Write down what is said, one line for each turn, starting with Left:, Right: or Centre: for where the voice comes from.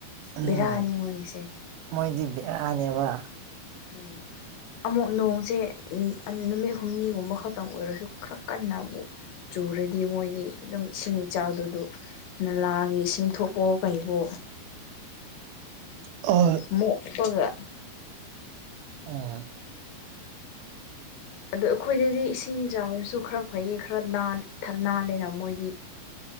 Right: ꯎꯝ
Left: ꯕꯦꯔꯥꯅꯤ ꯃꯣꯏꯒꯤꯁꯦ
Right: ꯃꯣꯏꯗꯤ ꯕꯤꯔꯥꯅꯦꯕ
Left: ꯎꯝ ꯑꯃꯨꯛ ꯅꯣꯡꯁꯦ ꯅꯨꯃꯤꯠ ꯍꯨꯝꯅꯤꯒꯨꯝꯕ ꯈꯛꯇꯪ ꯑꯣꯏꯔꯁꯨ ꯈꯔ ꯀꯟꯅꯕꯨ ꯆꯨꯔꯗꯤ ꯃꯣꯏꯗꯤ ꯑꯗꯨꯝ ꯏꯁꯤꯡ ꯏꯆꯥꯎꯗꯣ ꯑꯗꯨ ꯅꯂꯥꯒꯤ ꯏꯁꯤꯡ ꯊꯣꯛꯄ ꯀꯩꯕꯣ
Right: ꯑꯣ
Left: ꯃꯣꯛꯄꯒ
Right: ꯑꯝ
Left: ꯑꯗꯣ ꯑꯩꯈꯣꯏꯗꯗꯤ ꯏꯁꯤꯡ ꯆꯥꯎꯔꯁꯨ ꯈꯔ ꯐꯩꯌꯦ ꯈꯔ ꯅꯥꯜ ꯅꯥꯜꯂꯦꯅ ꯃꯣꯏꯗꯤ